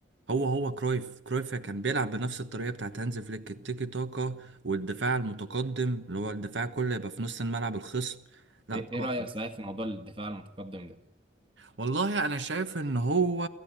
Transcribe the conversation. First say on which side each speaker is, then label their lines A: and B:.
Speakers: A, on the right; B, on the right.
A: هو هو كرويف كرويف كان بيلعب بنفس الطريقة بتاعت هانز فليك التيكي تاكا والدفاع المتقدم اللي هو الدفاع كله يبقى في نص الملعب الخصم لا
B: ايه
A: طبعا
B: إيه رايك صحيح في موضوع الدفاع المتقدم ده
A: والله انا شايف ان هو